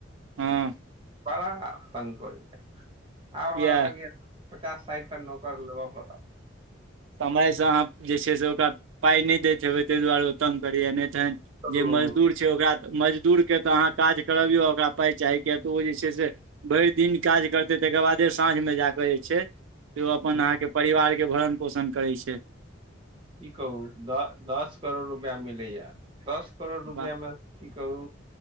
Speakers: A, on the right; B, on the right.
A: ह्म्म।
B: बड़ा <unintelligible> आब हमरा
A: किया
B: लागै या। पचास साइठ टा नौकर लेबऽ पड़त।
A: समयसँ अहाँ जे छै से ओकरा पाइ नहि दैत हेबै ताहि दुआरे ओ तंग करैए नहि। तें
B: चलू
A: जे मजदूर छै ओकरा मजदूरके तऽ अहाँ काज करबियौ आ ओकरा पाइ चाही किएक तऽ ओ जे छै से भरि दिन काज करतै तकर बादे साँझमे जा कऽ जे छैय। त ओ अपन
B: की
A: अहाँके परिवार <unintelligible> पोषण करै छैय।
B: की कहू द दस करोड़ रुपैआ मिलैया। दस करोड़ रुपआमे
A: वाह
B: की कहू